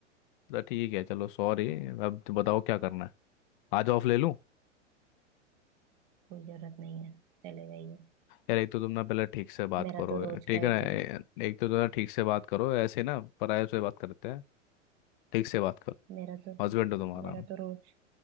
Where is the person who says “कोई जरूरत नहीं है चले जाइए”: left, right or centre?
Right